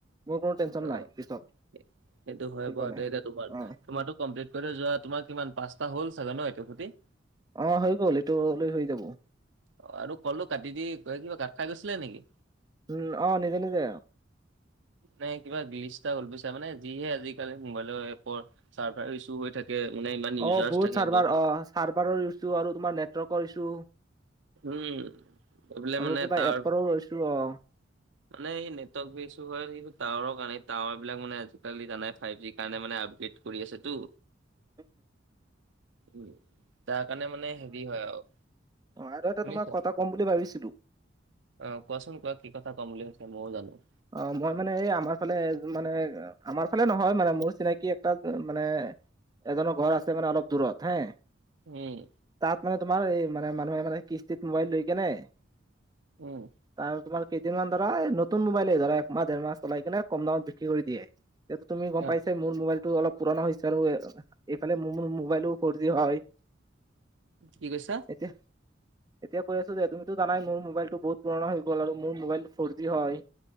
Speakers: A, on the right; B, on the right.
A: মোৰ কোনো টেনচন
B: অ',
A: নাই পিছত
B: সেইটো হয়
A: সেইকাৰণে
B: বাৰু তে এতিয়া তোমাৰ
A: অ'
B: তোমাৰটো কমপ্লিট। তলৈ যোৱা তোমাৰ কিমান পাঁচটা হ'ল চাগে ন এইটো সতি।
A: অ', হৈ গ'ল এইটো হলে হৈ যাব।
B: অ', আৰু কলটো কাটি দি ক কিবা কাট খাই গৈছিলে নেকি?
A: উম অ', নিজে - নিজে।
B: মানে কিবা গ্লিটচ এটা হল বুজিছা মানে যিহে আজিকালি মোবাইলৰ এপৰ চাৰ্ভাৰ ইছ্যু হৈ থাক যে মানে ইমান
A: অ
B: ইউজাৰছ
A: বহুত
B: থাকে
A: চাৰ্ভাৰ
B: য'ত।
A: অ চাৰ্ভাৰৰ ইছ্যু আৰু তোমাৰ নেটৱৰ্কৰ ইছ্যু।
B: উম, এইফালে
A: আৰু
B: মানে
A: কিবা
B: তাৰ
A: এপৰো লৈছো ৰ।
B: মানে এই নেটৱৰ্ক বোৰ ইছু হয় এই টাৱাৰৰ কাৰণে টাৱাৰ বিলাক মানে আজিকালি জানাই ফাইভ জি। কাৰণে মানে আপগ্ৰেড কৰি আছে টো।
A: <unintelligible>
B: উম তাৰ কাৰণে মানে হেভি হয় আৰু।
A: অ', আৰু এটা
B: শুনিছা?
A: তোমাৰ কথা ক'ম বুলি ভাবিছিলো।
B: অ', কোৱাচোন কোৱা কি কথা ক'ম বুলি ভাবিছিলা মইও জানো।
A: অ', মই মানে এই আমাৰ ফালে এ মানে। আমাৰ ফালে নহয় মানে মোৰ চিনাকি একটা মানে এজনৰ ঘৰ আছে মানে অলপ দূৰত হে।
B: উম।
A: তাত মানে তোমাৰ এই মানে মানুহে মানে কিস্তিত মোবাইল লৈ কেনে।
B: উম।
A: তাৰ তোমাৰ কেইদিনমান ধৰা নতুন মোবাইল ধৰা একমাহ ডেৰ মাহ চলাই কিনে কম দামত বিক্ৰী কৰি দিয়ে। এতিটো তুমি গম
B: অ',
A: পাইচাই মোৰ মোবাইলটো অলপ পুৰণা হৈছে আৰু অ', এইফালে মোৰ মোৰ মোবাইলো ফৰ জি হয়।
B: কি কৈছা?
A: এহ এতিয়া কৈ আছো যে তুমিতো জানাই মোৰ মোবাইলটো বহুত পুৰণা হৈ গ'ল আৰু মোৰ মোবাইলটো ফৰ জি হয়।